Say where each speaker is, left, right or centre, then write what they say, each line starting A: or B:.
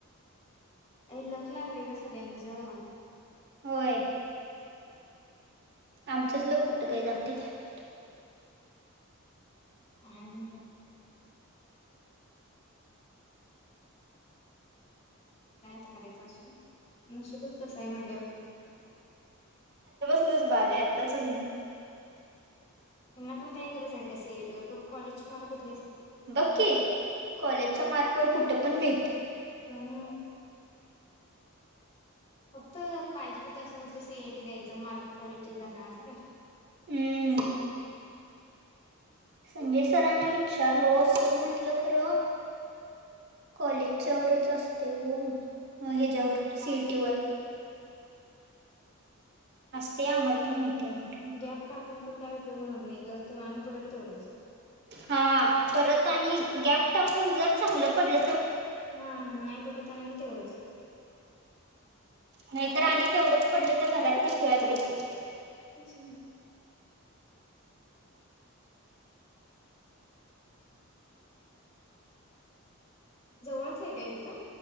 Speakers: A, on the left; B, on the right.
A: अ लकं लागलंय गं सगळ्याचं
B: होय आमचंच लक कुठं काय जातयं काय माहित
A: काय माहिती काय आता करायचं असो नशीबचं तसं आहे म्हणाल्यावर
B: चं बाद आत्ताचंच नाही
A: यांना पण काही गरज आहे का सी एस टी वर गप्प कॉलेजची मार्क्स
B: बघ कि कॉलेजच्या मार्कवर कुठं पण मिळतंय
A: हम् फक्त पाहिजे होतं असं नुसतं सीएयटी द्यायचं आणि मार्क कॉलेजचं धरणार असं पाहिज
B: हम्म संजय सरांना विचारलो सर म्हंटलं खरं कॉलेजच्या वर असतयं गं हेच्यावर
A: काय
B: सिएटी वर असते आम्हाला पण माहिती आहे म्हटलं
A: गॅप टाकून पण काय उप योग होणार नाही ग! तेव्हा आणि परत तेवढंच
B: हा परत आणि गॅप टाक कुण जर चांगल पडल
A: हा नाही पटलं तर नाही आणि तेवढंच.
B: नाहीतर आणि तेवढंच पडल तर घरातली
A: हम्म
B: शिव्याच देतील.
A: तेच ना जवळच आहे काय तिथं